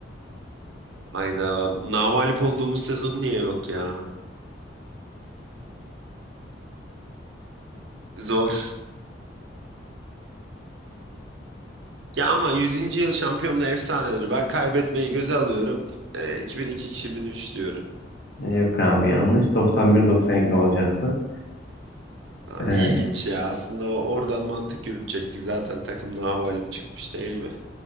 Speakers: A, on the right (about 85°); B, on the left (about 60°).
A: Ayda namalip olduğumuz sezon niye yok ya? Zor. Ya ama yüzüncü yıl şampiyonluğu efsaneleri. Ben kaybetmeyi göze alıyorum. Ee, 2002-2003 diyorum.
B: Ee, <laughs> Yok abi yanlış. 91-92 olacaktı.
A: Ha,
B: Ee,
A: İlginç ya. Aslında o- oradan mantık yürütecektik. Zaten takım nabalip çıkmış değil mi?